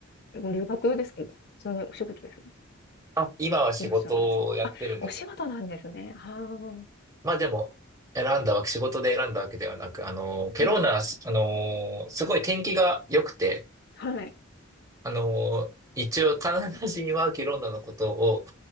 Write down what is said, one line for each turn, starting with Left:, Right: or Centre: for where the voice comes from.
Left: ごご留学ですか？そのお仕事です？
Right: あ今は仕事をやってるんです
Left: いらっしゃるんですか？あ、お仕事なんですね。は
Right: まあでも、選んだわけ、仕事で選んだわけではなく、あの、ケローナはす、
Left: あ。はい。
Right: あの、すごい天気が良くて、
Left: はい。
Right: あの、一応カナダ人はケローナのことを、